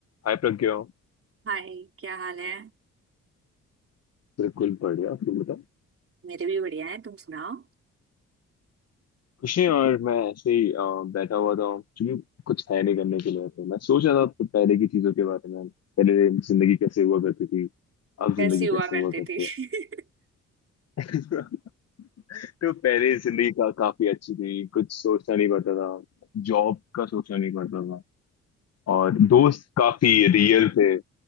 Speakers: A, on the left; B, on the right.
A: हाय प्रज्ञा
B: हाय क्या हाल है
A: बिल्कुल बढ़िया तुम बताओ
B: मेरे भी बढ़िया है तुम सुनाओ
A: कुछ नहीं और मैं ऐसे ही अ, बैठा हुआ था क्योंकि कुछ है नहीं करने के लिए तो मैं सोच रहा था तो पहले की चीजों के बारे में पहले जिंदगी कैसे हुआ करती थी अब
B: कैसी
A: जिंदगी
B: हुआ
A: कैसे
B: करते
A: हुआ करती
B: थे
A: है
B: <laughs>
A: <laughs> तो पहले जिंदगी का काफी अच्छी थी कुछ सोचना नहीं पड़ता था जॉब का सोचना नहीं पड़ता था और
B: हम्म,
A: दोस्त काफी रियल थे